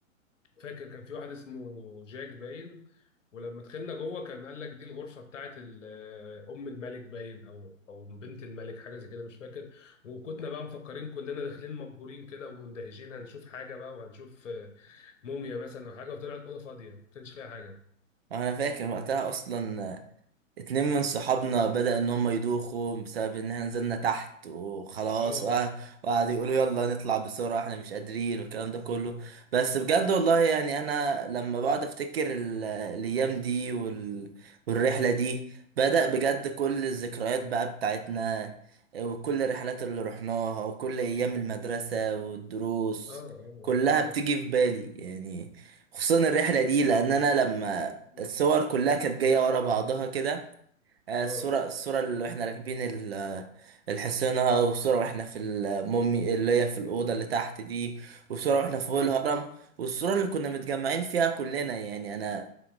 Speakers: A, on the left (about 65°); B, on the right (about 50°).
A: فاكر كان في واحد اسمه جاك باين ولما دخلنا جوه كان قال لك دي الغرفه بتاعت ال- آه، ام الملك باين او او بنت الملك حاجه زي كده مش فاكر وكنا بقى مفكرين كلنا داخلين مبهورين كده ومندهشين هنشوف حاجه بقى وهنشوف آه، موميا مثلا او حاجه وطلعت اوضه فاضيه ما كانش فيها حاجه
B: انا فاكر وقتها اصلا اتنين من صحابنا بدأ ان هم يدوخوا بسبب ان احنا نزلنا تحت وخلاص
A: اه
B: وقع- وقعدوا يقولوا يلا نطلع بسرعة احنا مش قادرين والكلام ده كله بس بجد والله يعني انا لما بقعد افتكر ال- الايام دي وال... والرحلة دي بدأ بجد كل الذكريات بقى بتاعتنا وكل الرحلات اللي رحناها وكل ايام المدرسة والدروس
A: اه اه
B: كلها
A: اه اه
B: بتيجي في بالي يعني خصوصا الرحلة دي لان انا لما
A: مم.
B: الصور كلها كانت جاية ورا بعضها كده آه،
A: اه
B: الصورة الصورة اللي واحنا راكبين ال- آه، الحصينة والصورة واحنا في المومي اللي هي في الأوضة اللي تحت دي والصورة واحنا فوق
A: مم.
B: الهرم والصورة اللي كنا متجمعين فيها كلنا يعني أنا